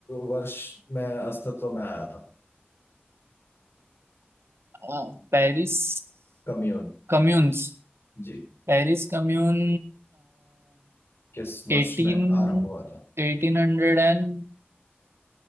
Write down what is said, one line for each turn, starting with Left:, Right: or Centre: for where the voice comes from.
Left: वर्ष में अस्तित्व में आया था
Right: अ, Paris
Left: कम्यून
Right: communes
Left: जी
Right: Paris commune
Left: किस वर्ष
Right: Eighteen
Left: में आरंभ हुआ था
Right: Eighteen hundred and